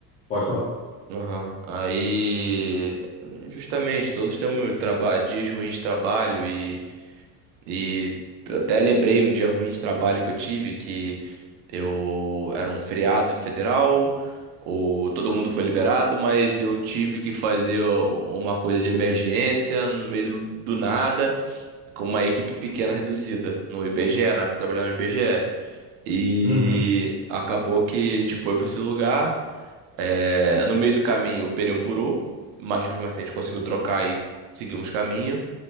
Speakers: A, on the left (about 20°); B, on the right (about 80°).
A: Pode falar.
B: Aham. Aí, justamente, todos temos traba- dias ruins de trabalho e, e eu até lembrei um dia ruim de trabalho que eu tive Eu era um feriado federal, o, todo mundo foi liberado, mas eu tive que fazer o- uma coisa de emergência no meio do, do nada, com uma equipe pequena reduzida no IBGE, na época eu trabalhava no IBGE. E
A: Uhum.
B: E acabou que a gente foi para esse lugar. é, no meio do caminho o pneu furou, mas mesmo assim a gente conseguiu trocar e seguimos caminho.